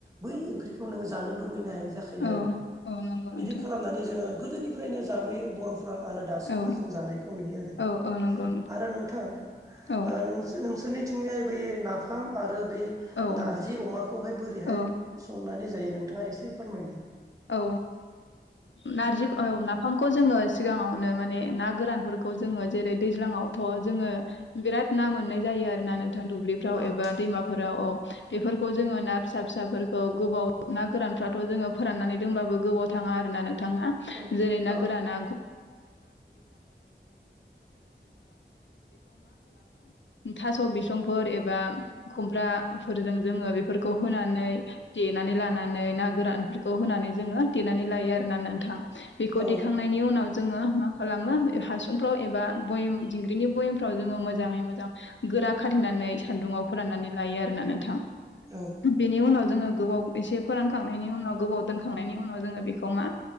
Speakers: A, on the right; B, on the left.
A: बै ओंख्रिखौ नोङो जानो लुबैनाय। जायो
B: औ
A: आरो
B: औ नंगौ
A: बिदि
B: नोंथां
A: खालामनानै जोङो गोदोनिफ्रायनो जाबोयो बर' फ्रा आरो दासिमबो
B: औ
A: जों जानायखौ नुयो आरो।
B: औ औ नंगौ
A: आरो नोंथां।
B: औ
A: नोंसोरनिथिंजाय बे नाफाम आरो बे
B: औ
A: नारजि अमाखौहाय बोरैहाय
B: औ
A: संनानै जायो नोंथाङा एसे फोरमायलाय।
B: औ। नारजि नाफामखौ जोङो सिगाङावनो माने ना गोरानफोरखौ जोङो जेरै दैज्लां थ' जोङो बिराद ना मोननाय जायो आरोना। दुब्लिफोराव
A: औ
B: एबा दैमाफोराव
A: औ
B: बेफोरखौ बेखौ जोङो ना फिसा फिसाफोरखौ गोबाव ना गोरानफ्राथ' जोङो फोराननानै दोनब्लाबो गोबाव थाङा आरोना
A: औ
B: जेरै ना
A: औ
B: गोराना <inaudible> थास' बिसंफोर एबा खुमब्राफोरजों जोङो बेफोरखौ होनानै देनानै लानानै ना गोरान होनानै जोङो देनानै लायो आरोना नोंथां बेखौ
A: औ
B: देखांनायनि उनाव जोङो खालामो हासुंफ्राव एबा बयेम दिंग्रिनि बयेमफ्राव जोङो मोजाङै मोजां गोरा खाथेनानै सान्दुङाव फोराननानै लायो आरो। नोंथां
A: औ
B: बेनि उनाव जोङो गोबाव एसे फोरानखांनायनि उनाव। गोबाव दोनखांनायनि उनाव जोङो बेखौ मा